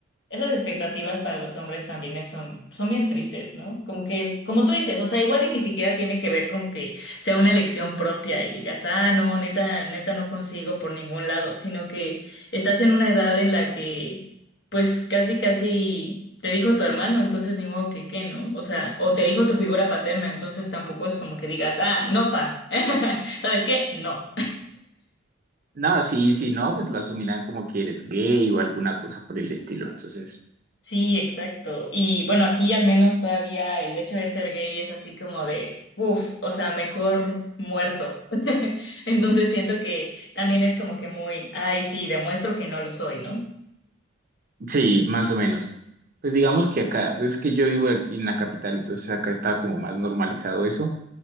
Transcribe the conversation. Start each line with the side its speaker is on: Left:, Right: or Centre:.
Left: Esas expectativas para los hombres también es- son, son bien tristes, ¿no? Como que, como tú dices, o sea, igual y ni siquiera tiene que ver con que sea una elección propia y digas, ah, no, neta, neta no consigo por ningún lado, sino que estás en una edad en la que, pues, casi, casi te dijo tu hermano, entonces ni modo que qué, ¿no? O sea, o te dijo tu figura paterna, entonces tampoco es como que digas, ah, no, pa, <laughs> ¿sabes qué? No.
Right: No, sí, sí, no, pues lo asumirán como que eres gay o alguna cosa por el estilo. Entonces,
Left: Sí, exacto. Y bueno, aquí al menos todavía el hecho de ser gay es así como de, uff, o sea, mejor muerto. <laughs> Entonces siento que también es como que muy, ay, sí, demuestro que no lo soy, ¿no?
Right: sí, más o menos. Pues digamos que acá, pues es que yo vivo aquí en la capital, entonces acá está como más normalizado eso.